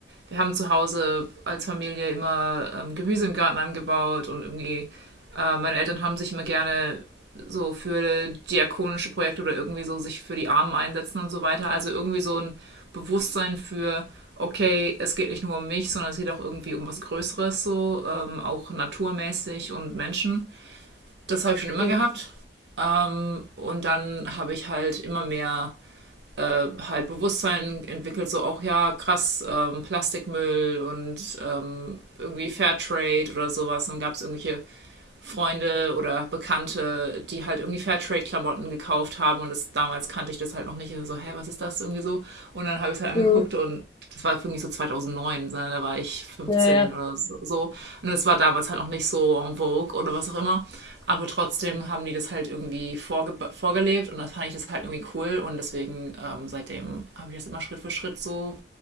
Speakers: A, on the right; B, on the left.
A: wir haben zu Hause als Familie immer ähm, Gemüse im Garten angebaut und irgendwie äh, meine Eltern haben sich immer gerne so für diakonische Projekte oder irgendwie so sich für die Armen einsetzen und so weiter. Also irgendwie so ein Bewusstsein für, okay, es geht nicht nur um mich, sondern es geht auch irgendwie um was Größeres so, ähm, auch naturmäßig und Menschen. Das habe ich schon immer
B: Mhm.
A: gehabt. Ähm, und dann habe ich halt immer mehr äh, halt Bewusstsein entwickelt, so auch ja, krass, ähm, Plastikmüll und ähm, irgendwie Fairtrade oder sowas. Dann gab es irgendwelche Freunde oder Bekannte, die halt irgendwie Fairtrade-Klamotten gekauft haben und das, damals kannte ich das halt noch nicht. Also So, hä, was ist das irgendwie so? Und dann habe ich es halt angeguckt
B: Mhm.
A: und das war irgendwie so 2009, ne, da war ich 15
B: Ja, ja,
A: oder so- so. Und das war damals halt noch nicht so en vogue oder was auch immer. Aber trotzdem haben die das halt irgendwie vorge vorgelebt und dann fand ich das halt irgendwie cool und deswegen ähm, seitdem habe ich das immer Schritt für Schritt so